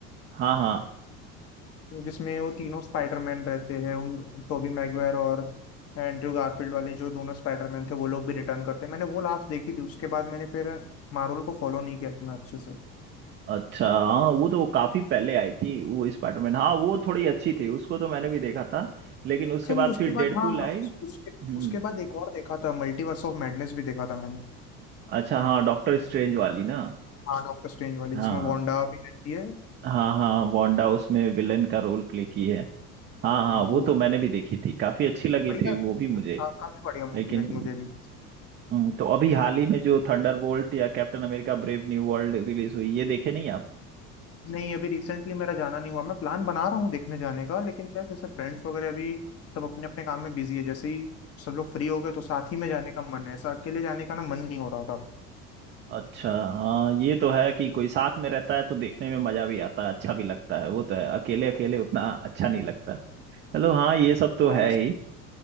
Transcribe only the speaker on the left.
जिसमें वो तीनों स्पाइडरमैन रहते हैं उन टोबी मैगवायर और एंड्रयू गारफील्ड वाले जो दोनों स्पाइडरमैन थे वो लोग भी रिटर्न करते हैं मैंने वो लास्ट देखी थी उसके बाद मैंने फिर मार्वल को फॉलो नहीं किया इतना अच्छे से
अच्छा
नहीं उसके
बाद
हाँ हाँ
उस- उसके
उसके बाद एक और देखा था मल्टीवर्स ऑफ मैडनेस भी देखा था मैंने
हाँ डॉक्टर स्ट्रेंज वाली
जिसमें वांडा भी रहती है
हाँ
वो वाला
बढ़िया
का-
काफी बढ़िया मूवी
लगी मुझे भी
नहीं अभी रिसेंटली मेरा जाना नहीं हुआ मैं प्लान बना रहा हूँ देखने जाने का लेकिन क्या है, जैसे फ्रेंड्स वगैरह अभी सब अपने अपने काम में बिजी है जैसे ही सब लोग फ्री हो गए तो साथ ही में जाने का मन है ऐसा अकेले जाने का ना मन नहीं हो रहा था
और
वैसे